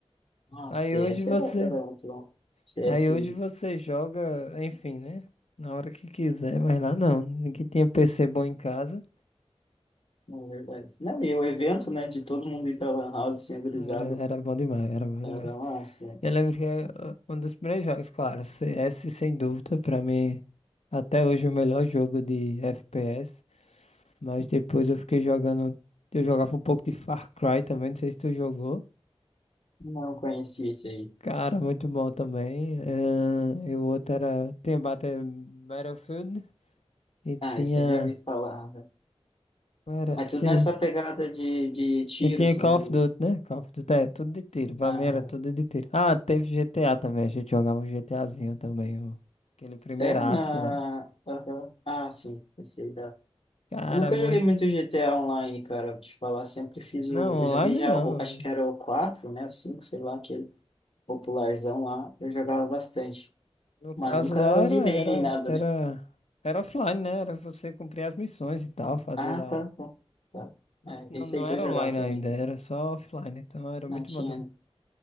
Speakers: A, on the left (about 60°); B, on the left (about 85°).
A: Nossa,
B: Aí
A: CS
B: hoje você.
A: era, era muito bom. CS.
B: Aí hoje você joga, enfim, né? Na hora que quiser, mas lá não. Ninguém tinha PC bom em casa.
A: É verdade. Não, e o evento, né, de todo mundo ir pra Lan House sem brisado,
B: Era, era bom demais, era bom
A: era
B: demais.
A: massa.
B: Eu lembro que é
A: Nossa.
B: uh, um dos primeiros jogos, claro, CS sem dúvida, pra mim, até hoje o melhor jogo de FPS, mas
A: Uhum.
B: depois eu fiquei jogando, eu jogava um pouco de Far Cry também, não sei se tu jogou.
A: Não conheci esse aí.
B: Cara, muito bom também. eh, e o outro era, tinha Battle- Battlefield e
A: Ah,
B: tinha,
A: esse eu já vi falar. né?
B: qual era,
A: Mas
B: sim,
A: tudo nessa pegada de, de tiro,
B: E tinha
A: assim,
B: Call
A: de...
B: of Duty, né? Call of Duty, é, tudo de tiro. Pra
A: Ah,
B: mim era tudo de tiro. Ah, teve GTA também. A gente jogava um GTAzinho também. o- Aquele primeiraço
A: é na...
B: lá.
A: aham. Ah, sim, esse aí dá.
B: Cara,
A: Eu nunca
B: muito.
A: joguei muito GTA Online, cara, pra te falar. Sempre fiz
B: Não,
A: o...
B: online
A: Eu joguei já
B: não.
A: o... Acho que
B: é.
A: era o 4 né, o 5 sei lá, aquele popularzão lá. Eu jogava bastante.
B: No caso
A: Mas nunca
B: lá era,
A: virei
B: era,
A: nem nada,
B: era,
A: né?
B: era offline, né? Era você cumprir as missões e tal, fazer
A: Ah,
B: lá.
A: tá, tá, tá.
B: Não,
A: É,
B: não,
A: esse
B: não
A: aí que
B: era
A: eu jogava
B: online
A: também,
B: ainda,
A: tá?
B: era só offline. Então era
A: Não
B: muito
A: tinha,
B: bom também.
A: né?